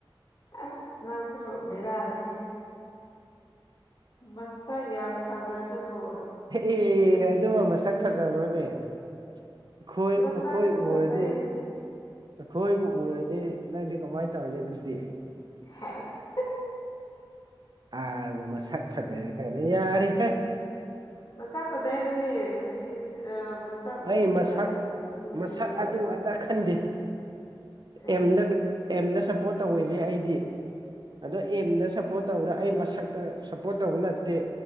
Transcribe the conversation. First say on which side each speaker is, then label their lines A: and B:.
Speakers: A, on the left; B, on the right.
A: ꯑꯁ ꯅꯪꯁꯨ ꯕꯦꯔꯥꯅꯤꯍꯦ ꯃꯁꯛ ꯌꯥꯝ ꯐꯥꯖꯗꯨꯕꯨ
B: ꯑꯦ ꯑꯗꯨꯕꯨ ꯃꯁꯛ ꯐꯥꯖꯕ꯭ꯔꯣꯅꯦ ꯑꯩꯈꯣꯏ
A: ꯃꯁꯛꯗꯣ
B: ꯑꯩꯈꯣꯏ
A: ꯐꯖꯩ
B: ꯎꯔꯗꯤ ꯑꯩꯈꯣꯏꯕꯨ ꯎꯔꯗꯤ ꯅꯪꯗꯤ ꯀꯃꯥꯏꯅ ꯇꯧꯔꯅꯤ ꯑꯗꯨꯗꯤ
A: ꯍꯁ
B: ꯑꯥꯔꯕꯨ ꯃꯁꯛ ꯐꯖꯔꯦ ꯀꯥꯏꯅ ꯌꯥꯔꯦꯍꯦ
A: ꯃꯁꯛ ꯐꯖꯩꯗꯨꯗꯤ ꯅꯨꯡꯁꯤ ꯑ ꯃꯁꯛ
B: ꯑꯩ
A: ꯎꯕ
B: ꯃꯁꯛ
A: ꯀꯥꯟꯗ ꯌꯥꯝ ꯅꯨꯡꯁꯤꯕꯗꯣ
B: ꯃꯁꯛ ꯑꯗꯨ ꯑꯗ ꯈꯟꯗꯦ
A: ꯑꯦ
B: ꯑꯦꯝꯗ ꯑꯦꯝꯗ ꯁꯞꯄꯣꯔꯠ ꯇꯧꯋꯤꯅꯦ ꯑꯩꯗꯤ ꯑꯗꯣ ꯑꯦꯝꯗ ꯁꯞꯄꯣꯔꯠ ꯇꯧꯕꯗꯣ ꯑꯩ ꯃꯁꯛꯇ ꯁꯞꯄꯣꯔꯠ ꯇꯧꯕ ꯅꯠꯇꯦ